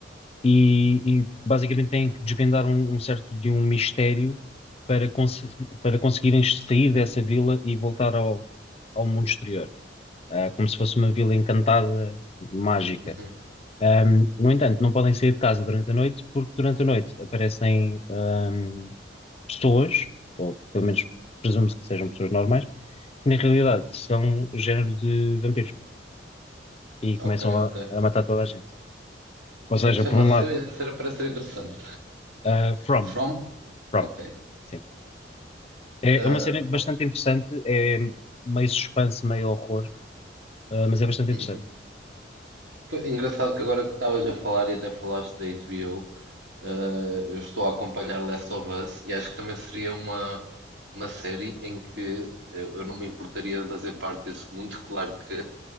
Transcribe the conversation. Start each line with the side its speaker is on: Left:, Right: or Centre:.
Left: e, e basicamente têm que desvendar um, um certo de um mistério para, cons- para conseguirem sair dessa vila e voltar ao, ao mundo exterior. ah, como se fosse uma vila encantada, mágica.
Right: Uhum.
Left: Ahm, no entanto, não podem sair de casa durante a noite, porque durante a noite aparecem, ahm, pessoas, ou pelo menos presume-se que sejam pessoas normais, que na realidade são o género de vampiros e começam
Right: Ok, ok.
Left: a, a matar toda a gente. Ou
Right: Como
Left: seja,
Right: é que se
Left: por
Right: chama
Left: um
Right: a
Left: lado,
Right: série? A série parece ser interessante.
Left: ah, From,
Right: From?
Left: From,
Right: Ok.
Left: sim. É,
Right: Ah,
Left: é uma série bastante
Right: ok.
Left: interessante, é meio suspense, meio horror, ah, mas é bastante
Right: Uhum.
Left: interessante.
Right: Pô, É engraçado que agora que estavas a falar e até falaste da HBO, eh, eu estou a acompanhar Last of Us e acho que também seria uma, uma série em que eh, eu não me importaria de fazer parte desse mundo, claro que